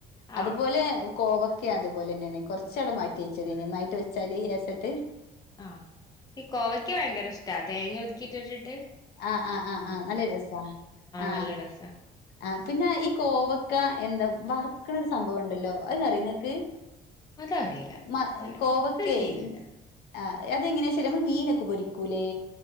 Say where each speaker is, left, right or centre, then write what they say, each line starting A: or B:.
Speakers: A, on the left; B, on the left.
A: അതുപോലെ
B: ആഹ്
A: കോവക്കയും അതുപോലെന്നെയാണ്. കൊറച്ചവിടെ മാറ്റിവെച്ചേര്. നന്നായിട്ട് വെച്ചാല് എസട്ട്
B: ആഹ ഈ കോവക്ക ഭയങ്കര ഇഷ്ടാ തേങ്ങ ഒതുക്കിട്ടിട്ട്
A: ആഹ് ആഹ് ആഹ് ആഹ് നല്ല രസാ ആഹ്
B: നല്ല ടേസ്റ്റാ
A: ആഹ് പിന്നെ ഈ കോവക്ക എന്താ വർക്കണ ഒരു സംഭവം ഉണ്ടല്ലോ അതിന് അറിയോ നിക്ക്
B: അതറിയില്ല
A: മ
B: വറുത്ത
A: കോവക്കയേ
B: ശീലല്ല
A: ആ അതെങ്ങനെയാ ശരി നമ്മൾ മീനൊക്കെ പൊരിക്കൂല്ലേ?